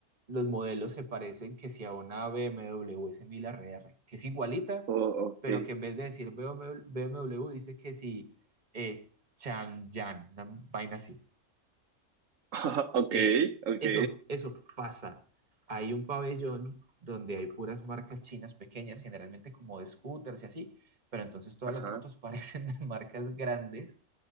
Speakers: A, on the right; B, on the right.
A: los modelos se parecen que si a una BMW S1000RR, que es igualita,
B: Oh, ok.
A: pero que en vez de decir BMW dice que si eh, Changyan, una vaina así.
B: <laughs> Ok,
A: Eh,
B: ok.
A: eso, eso pasa. Hay un pabellón donde hay puras marcas chinas pequeñas, generalmente como de scooters y así, pero entonces todas
B: Ajá.
A: las motos <laughs> parecen de marcas grandes